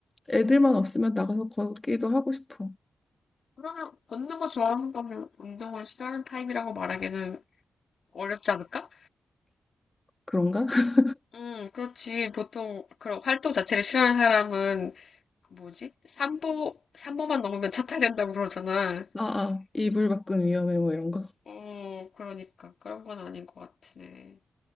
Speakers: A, on the left; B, on the left.
A: 애들만 없으면 나가서 걷기도 하고 싶어.
B: 그러면 걷는 거 좋아하는 거면 운동을 싫어하는 타입이라고 말하기는 어렵지 않을까?
A: 그런가? <laughs>
B: 음, 그렇지. 보통 그런 활동 자체를 싫어하는 사람은 그 뭐지? 삼보 3보만 넘으면 차 타야 된다고 그러잖아.
A: 아, 아, 이불
B: 어,
A: 밖은 위험해 뭐 이런 거.
B: 어, 그러니까. 그런 건 아닌 것 같으네.